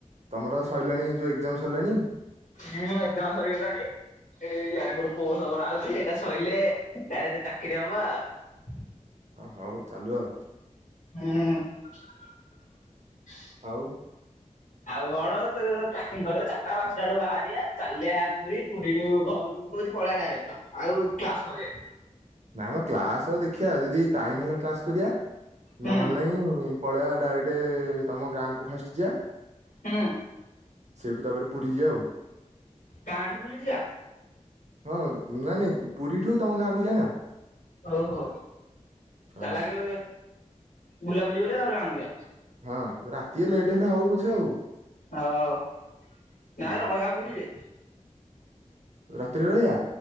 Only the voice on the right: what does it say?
ତମର ସରିଲାଣି ଯୋଉ ଏକ୍ଜାମ ସରିଲାଣି?
ଅ ହଉ ଚାଲୁ ଆଉ
ଆଉ
ନାଇଁ ମ କ୍ଲାସ ଦେଖିବା ଯଦି ଟାଇମ ହେଲା କ୍ଲାସ୍ କରିବା
ନହେଲେ ନାଇଁ ପଳେଇବା ଡାଇରେକ୍ଟେ ତମ ଗାଁକୁ ଫାଷ୍ଟ ଯିବା
ସେଇଠୁ ତାପରେ ପୁରୀ ଜିଆ ଆଉ।
ହଁ ନାଇ ନାଇଁ ପୁରୀଠୁ ତମ ଗାଁ କୁ ଜିଆ ନା।
ହଁ
ହଁ ରାତି ରେ ଲେଟ୍ ହେଲେ ହଉ ପଛେ ଆଉ।
ହଁ
ରାତି୍ ରେ ରହିଆ।